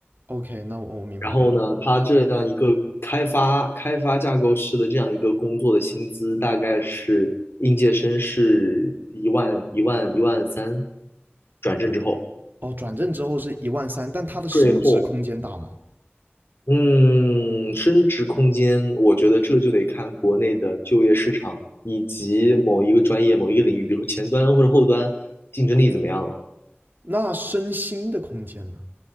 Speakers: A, on the right; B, on the left.
A: OK，那我我明白了。
B: 然后呢，它这样一个开发开发架构师的这样一个工作的薪资，大概是应届生是一万一万一万三，转正之后
A: 哦，转正之后是一万三，但它的升职空间大吗？
B: 税后嗯，升值空间，我觉得这就得看国内的就业市场以及某一个专业、某一个领域，比如说前端或者后端，竞争力怎么样了。
A: 那升薪的空间呢？